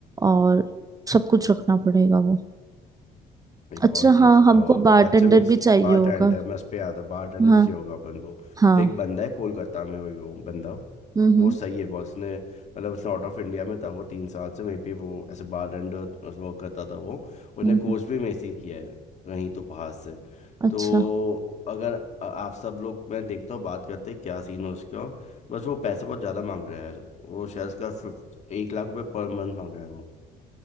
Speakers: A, on the right; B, on the left.
A: और सब कुछ रखना पड़ेगा वो
B: एक
A: अच्छा
B: और चीज
A: हाँ
B: अ,
A: हमको बारटेंडर
B: अच्छा मिक्स
A: भी चाहिए
B: बार
A: होगा
B: टेंडर मैं उस पे आता बार टेंडर
A: हाँ
B: भी चाहिए होगा अपन को
A: हाँ
B: तो एक बंदा है कोलकाता में वही वो बंदा
A: हम्म हम्म
B: वो सही है बहुत उसने मतलब उसने आउट ऑफ इंडिया में था वो तीन साल से वहीं पे वो ऐसे बार टेंडर वर्क करता था वो उसने
A: हम्म
B: कोर्स
A: हम्म,
B: भी वहीं से ही किया है कहीं तो बाहर से
A: अच्छा
B: तो अगर आ- आप सब लोग मैं देखता हूँ बात करते हैं क्या सीन है उसका बस वो पैसे बहुत ज़्यादा मांग रहा है यार वो शायद उसका 50 एक लाख रुपये पर मंथ मांग रहा है वो